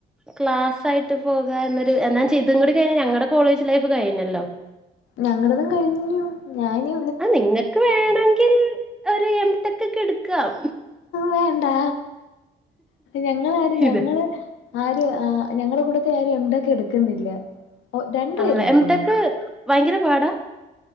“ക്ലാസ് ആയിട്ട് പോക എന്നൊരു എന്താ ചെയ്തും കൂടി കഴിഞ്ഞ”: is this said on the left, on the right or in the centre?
Centre